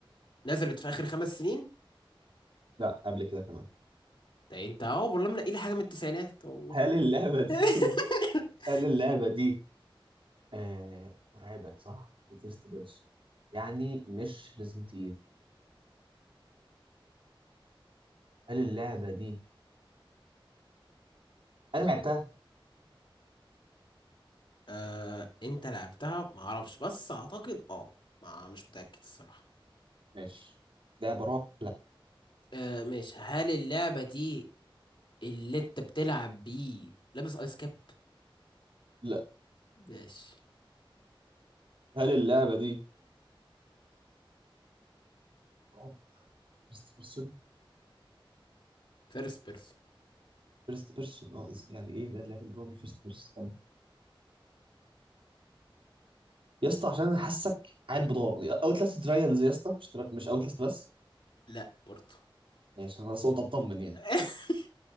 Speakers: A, on the left; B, on the right.
A: نزلت في اخر خمس سنين
B: لا قبل كده كمان
A: ده انت اه والله منقي لي حاجه من التسعينات والله
B: هل اللعبة دي
A: <laughs>
B: <laughs> هل اللعبة دي آه... مرعبة صح؟ وفيرست بيرسون يعني مش ريزنت ايفل هل اللعبة دي انا لعبتها؟
A: آه. انت لعبتها ما اعرفش بس اعتقد اه ما مش متاكد الصراحه
B: ماشي لعبة رعب لا
A: آه ماشي هل اللعبة دي اللي انت بتلعب بيه لابس ايس كاب
B: لا
A: ماشي
B: هل اللعبة دي رعب فيرست بيرسون؟
A: فيرست بيرسون
B: فيرست بيرسون اه إز- يعني ايه بقى اللعبة اللي رعب الفيرست بيرسون؟ طب يا اسطى عشان انا حاسك عيل بضاعة اوت لاست ترايلز يا اسطى مش ترا... مش اوت لاست بس
A: لا برضه
B: ماشي انا بس قلت اطمن يعني
A: <laughs>